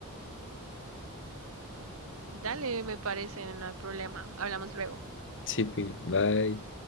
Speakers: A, on the right (about 65°); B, on the left (about 55°).
A: Dale, me parece, no hay problema. Hablamos luego.
B: Sí, Pim, bye.